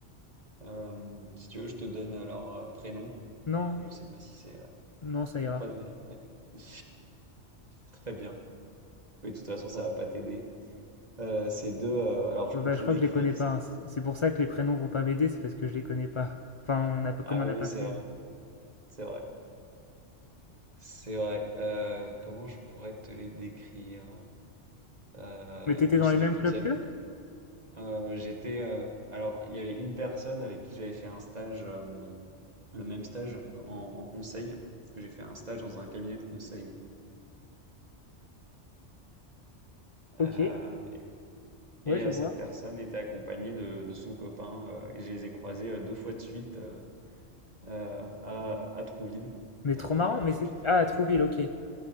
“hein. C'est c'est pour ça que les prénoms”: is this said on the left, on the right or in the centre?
Left